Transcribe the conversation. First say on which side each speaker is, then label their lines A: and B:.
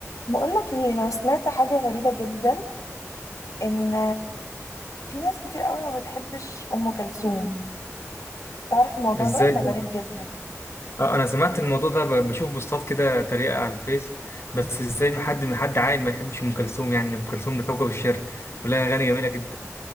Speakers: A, on the left; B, on the left.
A: بقولك ايه انا سمعت حاجة غريبة جدا ان في ناس كتير قوي ما بتحبش ام كلثوم تعرف الموضوع
B: ازاي
A: ده ده
B: ده
A: غريب جدا
B: اه انا سمعت الموضوع ده ب- بشوف بوستات كده تريقة على الفيس بس ازاي ما حد ما حد عاقل ما يحبش ام كلثوم يعني ام كلثوم ده كوكب الشرق ولها اغاني جميلة جدا